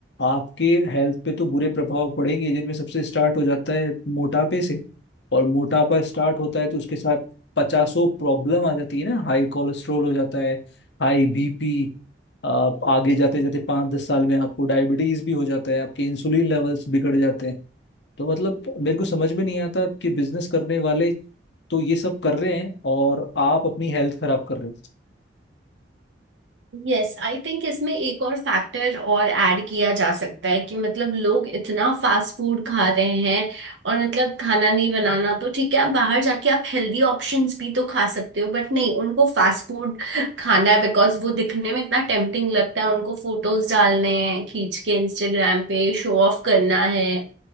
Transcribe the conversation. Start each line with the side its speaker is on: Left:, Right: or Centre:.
Left: आपके हेल्थ पे तो बुरे प्रभाव पड़ेंगे जिनमें सबसे स्टार्ट हो जाता है मोटापे से और मोटापा स्टार्ट होता है तो उसके साथ पचासों प्रॉब्लम आ जाती है ना हाई कोलेस्ट्रोल हो जाता है हाई बीपी आप आगे जाते जाते पाँच दस साल में आपको डायबिटीज भी हो जाता है आपके इंसुलिन लेवल्स बिगड़ जाते हैं तो मतलब मेरे को समझ में नहीं आता कि बिजनेस करने वाले तो ये सब कर रहे हैं और आप अपनी हेल्थ खराब कर रहे हो
Right: Yes I think इसमें एक और फैक्टर और ऐड किया जा सकता है कि मतलब लोग इतना फास्ट फूड खा रहे हैं और मतलब खाना नहीं बनाना तो ठीक है आप बाहर जाके आप हेल्दी ऑप्शंस भी तो खा सकते हो बट नहीं उनको फास्ट फूड खाना है बिकॉज वो दिखने में इतना टेम्पटिंग लगता है उनको फोटोज डालने हैं खींच के इंस्टाग्राम पे शो ऑफ करना है